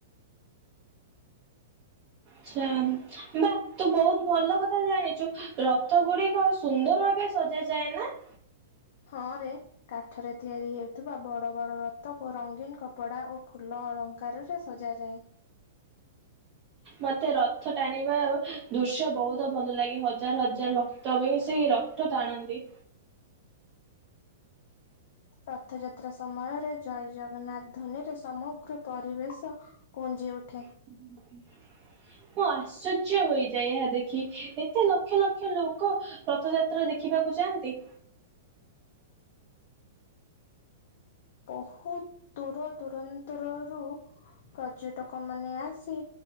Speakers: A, on the left (about 60°); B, on the right (about 35°).
A: <inaudible>
B: ଶ୍ୟାମ୍ ବାଃ ତୁ ବହୁତ ଭଲ କଥା ଜାଣିଚୁ। ରଥ ଗୁଡ଼ିକ ସୁନ୍ଦର ଭାବେ ସଜା ଯାଏ ନାଁ।
A: ହଁ ରେ। କାଠରେ ତିଆରି ହେଉଥିବା ବଡ଼ ବଡ ରଥକୁ ରଙ୍ଗୀନ କପଡ଼ା ଓ ଫୁଲ ଦାନୀ ଘରରେ ସଜା ଯାଏ।
B: ମତେ ରଥ ଟାଣିବାଳୁ ଦୃଶ୍ୟ ବହୁତ ଭଲ ଲାଗେ। ହଜାର ହଜାର ଭକ୍ତ ମିଶି କି ରଥ ରଥ ଟାଣନ୍ତି।
A: ରଥଯାତ୍ରା ସମୟରେ ଜୟ ଜଗନ୍ନାଥ ଧ୍ୱନିରେ ସମଗ୍ର ପରିବେଶ ଙ୍କୁ ଯେଉଁଠି
B: ହୁଁ ମୁଁ ଆଶ୍ଚର୍ଯ୍ୟ ହୋଇଯାଏ ଏହା ଦେଖି। ଏତେ ଲକ୍ଷ ଲକ୍ଷ ଲୋକ ରଥଯାତ୍ରା ଦେଖିବାକୁ ଯାଆନ୍ତି।
A: ବହୁତ୍ ଦୂର ଦୂରାନ୍ତରରୁ ପର୍ଯ୍ୟଟକ ମାନେ ଆସି